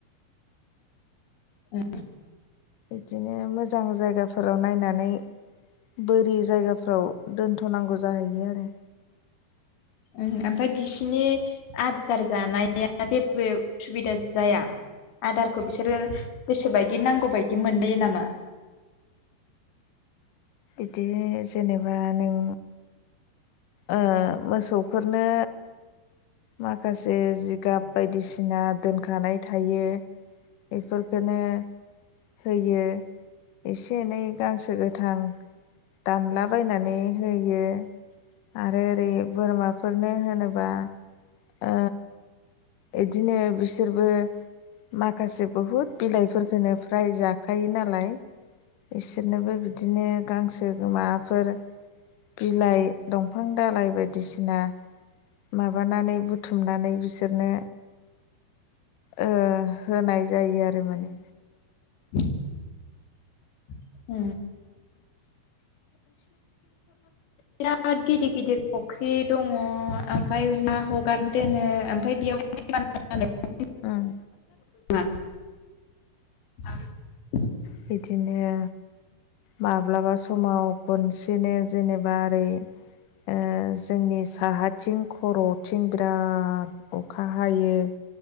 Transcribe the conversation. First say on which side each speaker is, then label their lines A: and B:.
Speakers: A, on the left; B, on the left.
A: उम
B: बिदिनो मोजां जायगाफोराव नायनानै बोरि जायगाफ्राव दोनथ'नांगौ जाहैयो आरो
A: ओमफ्राय बिसिनि आदार जानाया जेबो उसुबिदा जाया आदारखौ बिसोरो गोसो बायदि नांगौ बायदि मोनबोयो नामा
B: बिदि जेनेबा नों ओ मोसौफोरनो माखासे जिगाब बायदिसिना दोनखानाय थायो बेफोरखोनो होयो एसे एनै गांसो गोथां दानलाबायनानै होयो आरो ओरै बोरमाफोरनो होनोबा ओ इदिनो बिसोरबो माखासे बहुद बिलाइफोरखोनो फ्राय जाखायो नालाय बिसोरनोबो बिदिनो गांसो गोमाफोर बिलाइ दंफां दालाइ बायदिसिना माबा हनानै बुथुमनानै बिसोरनो ओ होनाय जायो आरो माने
A: <unintelligible> <inaudible> <unintelligible> <inaudible> बिराद गिदिर गिदिर फख्रि दङ ओमफ्राय ना हगारना दोनो ओमफ्राय बेयाव <unintelligible> <inaudible>
B: उम
A: <unintelligible> <inaudible>
B: बिदिनो माब्लाबा समाव खनसेनो जेनेबा ओरै ओ जोंनि साहाथिं खर'थिं बिराद अखा हायो